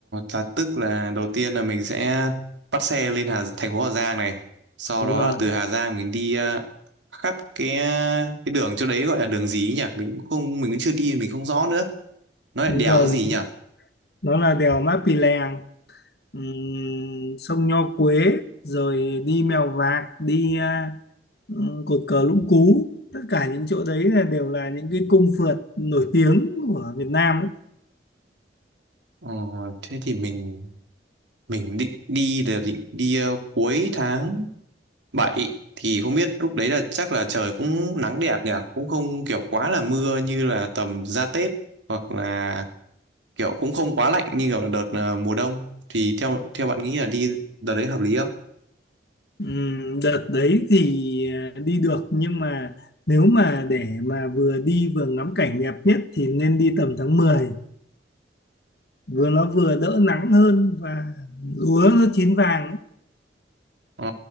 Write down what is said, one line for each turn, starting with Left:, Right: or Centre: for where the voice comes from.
Right: là tức là đầu tiên là mình sẽ bắt xe lên Hà thành phố Hà Giang này, sau
Left: đúng
Right: đó
Left: rồi
Right: là từ Hà Giang mình đi à, khắp cái cái đường chỗ đấy gọi là đường gì ấy nhỉ? Mình cũng không mình cũng chưa đi mình không rõ nữa. Nó là
Left: đúng
Right: đèo
Left: rồi
Right: gì nhỉ?
Left: nó là đèo Mã Pì Lèng ừm, sông Nho Quế rồi đi Mèo Vạc đi à, ừm, cột cờ Lũng Cú tất cả những chỗ đấy là đều là những cái cung phượt nổi tiếng của Việt Nam đấy.
Right: Ờ, thế thì mình mình định đi là định đi ờ, cuối tháng bảy thì không biết lúc đấy là chắc là trời cũng nắng đẹp nhỉ cũng không kiểu quá là mưa như là tầm ra Tết hoặc là kiểu cũng không quá lạnh như kiểu đợt ờ, mùa đông thì theo theo bạn nghĩ là đi đợt đấy hợp lý không?
Left: Ừm, đợt đấy thì à, đi được nhưng mà nếu mà để mà vừa đi vừa ngắm cảnh đẹp nhất thì nên đi tầm tháng mười vừa nó vừa đỡ nắng hơn và lúa nó chín vàng ấy.
Right: Ờ,